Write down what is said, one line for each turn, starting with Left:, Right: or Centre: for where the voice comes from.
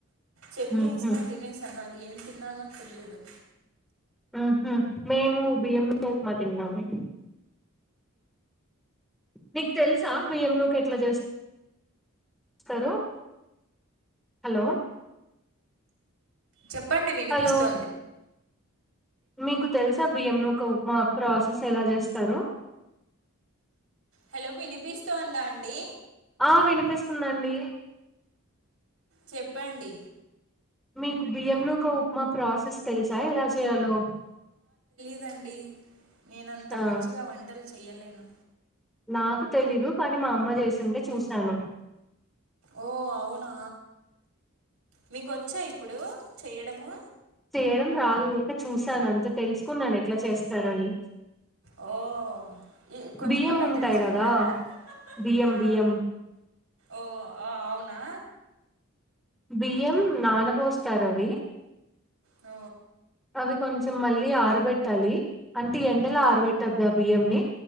Right: చట్నీ
Centre: ఉహు
Right: వేసుకొని తినేసాను అండి ఏం తిన్నానో తెలియదు
Centre: ఉహు మేము బియ్యం ఉప్మా తిన్నాము నీకు తెలుసా బియ్యం నుక ఎట్లా చేస్ స్తరు హలో
Right: చెప్పండి వినిపిస్తోంది
Centre: హలో మీకు తెలుసా బియ్యం నూక ఉప్మ <unintelligible> ఎలా చేస్తరో
Right: హలో వినిపిస్తోందా అండి
Centre: ఆ వినిపిస్తుందండి
Right: చెప్పండి
Centre: మీకు బియ్యం నుక ఒక ఉప్మా ప్రాసెస్ తెలుసా ఎలా చేయాలో
Right: లేదండి నేను అంత
Centre: ఆ
Right: మంచిగా వంటలు చేయలేను
Centre: నాకు తెలీదు కానీ మా అమ్మ చేసింటే చూశాను
Right: ఓ అవునా మీకు వచ్చా ఇప్పుడు చేయడము
Centre: చేయడం రాదు ఊరికే చూసాను అంతే తెలుసుకున్నాను ఎట్లా చేస్తారని
Right: ఓ ఈ కొంచెమన్నా
Centre: బియ్యం ఉంటాయి
Right: తెలుసుకున్నారా
Centre: కదా బియ్యం
Right: ఆ
Centre: బియ్యం
Right: ఓ అవునా
Centre: బియ్యం నానబోస్తారు అవి
Right: ఓ
Centre: అవి కొంచెం మళ్ళీ ఆరబెట్టాలి అంటే ఎండలో ఆరబెట్టొద్దు ఆ బియ్యంని